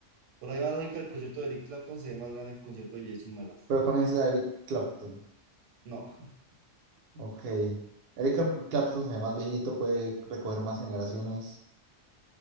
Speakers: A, on the right; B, on the right.
A: Por la misma lógica, el concierto de Eric Clapton se ve más grande que el concierto de Jason Maras.
B: Pero con esa Eric Clapton.
A: No, <laughs>
B: Ok. Eric Clapton se ve más viejito, puede recoger más generaciones.